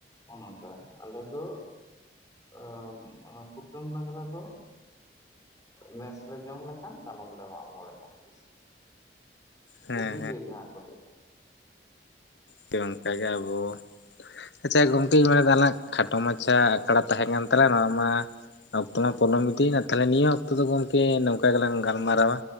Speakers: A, on the left (about 20°); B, on the left (about 80°).
A: ᱚᱢᱠᱟ ᱟᱞᱮ ᱫᱚ ᱚ ᱚᱱᱟ ᱠᱩᱴᱟᱹᱢ ᱰᱟᱸᱝᱨᱟ ᱫᱚ ᱱᱮᱥ ᱞᱮ ᱡᱚᱢ ᱞᱮᱠᱷᱟᱱ ᱠᱟᱞᱚᱢ ᱞᱮ ᱢᱟᱜᱽ ᱢᱚᱬᱮᱜᱼᱟ ᱦᱳᱭᱥᱮ
B: ᱦᱮᱸ
A: ᱵᱩᱰᱷᱤ ᱜᱟ. ᱭ ᱡᱟᱦᱟᱸ ᱠᱚ ᱞᱟᱹᱭ ᱫᱟ
B: ᱛᱚ ᱚᱱᱠᱟ ᱜᱮ ᱟᱵᱚ ᱟᱪᱪᱷᱟ ᱜᱚᱝᱠᱮ ᱢᱮᱱ ᱤᱧ ᱛᱟᱦᱮᱱ ᱟᱞᱟᱜ ᱠᱷᱟᱴᱚ ᱢᱟᱪᱷᱟ ᱟᱠᱷᱲᱟ ᱛᱟᱦᱮᱸ ᱠᱟᱱ ᱛᱟᱦᱮᱠᱟᱱ ᱛᱟᱞᱟᱝ-ᱟ ᱱᱚᱣᱟ ᱢᱟ ᱚᱠᱛᱚ ᱢᱟ ᱯᱚᱞᱚᱢ ᱤᱫᱤᱭᱮᱱᱟ ᱛᱟᱦᱚᱞᱮ ᱱᱤᱭᱟᱹ ᱚᱠᱛᱚ ᱫᱚ ᱜᱚᱢᱠᱮ ᱱᱚᱝᱠᱟ ᱜᱮᱞᱟᱝ ᱜᱟᱞᱢᱟᱨᱟᱣᱟ